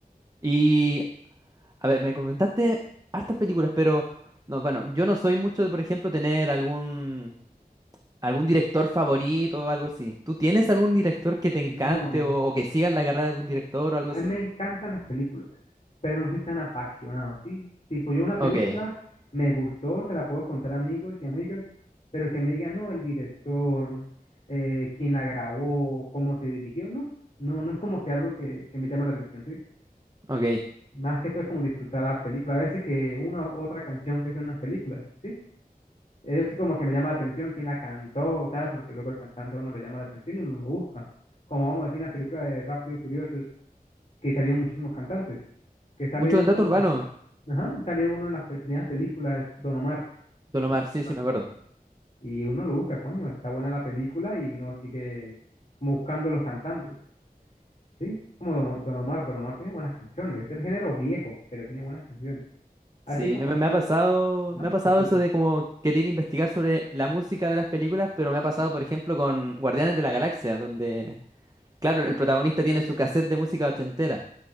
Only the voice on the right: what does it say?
Y, a ver, me comentaste hartas películas, pero, no, bueno, yo no soy mucho de, por ejemplo, tener algún... ¿Algún director favorito o algo así? ¿Tú tienes algún director que te encante
o, o que sigas la carrera de algún director o algo
así?
Ok,
ok.
Mucho
cantato urbano,
Don Omar, sí,
sí, me acuerdo.
Sí,
me, me- me
ha pasado,
me ha pasado
eso de como querer investigar sobre la música de las películas, pero me ha pasado, por ejemplo, con Guardianes de la Galaxia, donde, claro, el protagonista tiene su cassette de música ochentera.